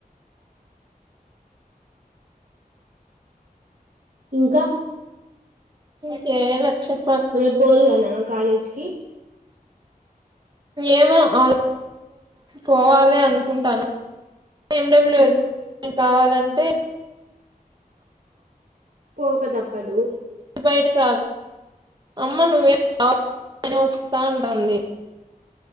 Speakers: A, on the right; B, on the right.
A: ఇంకా
B: కే రక్షత్
A: రేపు బల్నా కాలేజ్ కి
B: ఏమో ఆ పోవాలి అనుకుంటాను ఎడబ్ల్యూస్
A: ఉమ్,
B: కావాలంటే
A: పోక తప్పదు
B: బయట అమ్మ నువ్వే వస్తా ఉంటుంది